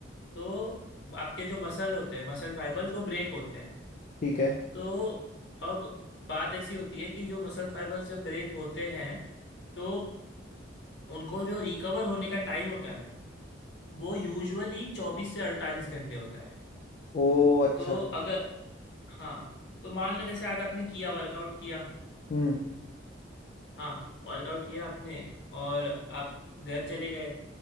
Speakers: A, on the left (about 60°); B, on the left (about 40°).
A: तो आपके जो मसल होते हैं मसल फाइबर्स वो ब्रेक होते हैं
B: ठीक है
A: तो अब बात ऐसी होती है कि जो मसल फाइबर्स जब ब्रेक होते हैं तो उनको जो रिकवर होने का टाइम होता है वो यूजुअली चौबीस से अड़तालीस घंटे होता है
B: ओ अच्छा
A: तो अगर हाँ तो मान लो जैसे आज आपने किया वर्कआउट किया
B: हम्म
A: हाँ वर्कआउट किया आपने और आप घर चले गए